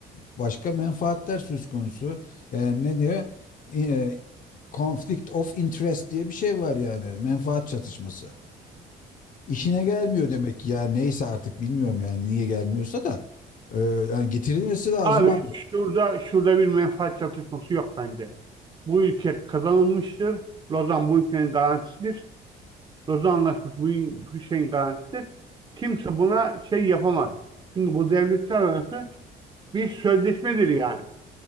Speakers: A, on the left (about 50°); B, on the right (about 25°).
A: e, başka menfaatler söz konusu. Yani ne diyor? E, Conflict of interest diye bir şey var yani menfaat çatışması. İşine gelmiyor demek ki yani neyse artık bilmiyorum yani niye gelmiyorsa da e, yani getirilmesi lazım
B: Abi
A: abi.
B: şurada şurada bir menfaat çatışması yok bence. Bu ülke kazanılmıştır. Lozan bu ülkenin garantisidir. Lozan Anlaşması bu in- şeyin garantisidir. Kimse buna şey yapamaz. Çünkü bu devletler arası bir sözleşmedir yani.